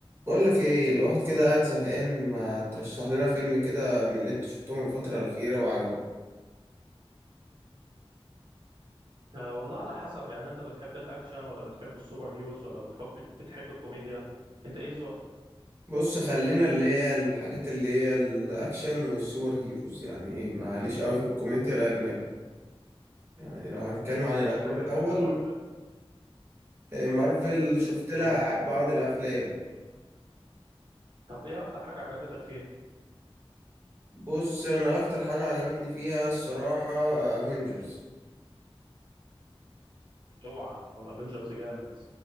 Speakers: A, on the right; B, on the right.
A: بقول لك ايه الواحد كده قاعد زهقان ما ترشح لنا فيلم كده من اللي انت شفتهم الفترة الأخيرة وعجبك
B: آه، والله على حسب يعني انت بتحب الاكشن ولا بتحب السوبر هيروز ولا بتحب بتحب الكوميديا انت ايه ذوقك
A: بص خلينا اللي هي الحاجات اللي هي الأكشن والسوبر هيروز يعني ايه معليش قوي في الكوميديا الأجنبي يعني لو هنتكلم عن الأجنبي
B: قشطه بتحب
A: الأول
B: مارفل
A: إيه، مارفل شفت
B: مم.
A: لها بعض الأفلام
B: طب ايه اكتر حاجه عجبتك فيها
A: بص أنا أكتر حاجة عجبتني فيها الصراحة افنجرز
B: اوعى الافنجرز جامد